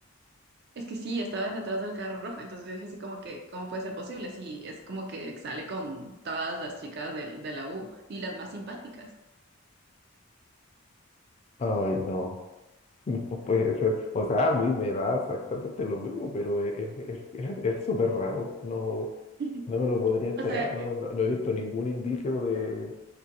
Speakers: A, on the right; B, on the left.
A: Es que sí, estaba detrás del carro rojo, entonces yo dije así como que, ¿cómo puede ser posible? Sí, es como que sale con todas las chicas del- de la U y las más simpáticas.
B: Ay, no. <laughs> No puede ser. O sea, a mí me da exactamente lo mismo, pero es, es, es- es es súper raro. No,
A: <laughs>
B: no me lo podría esperar.
A: O sea.
B: No, no- no he visto ningún indicio de,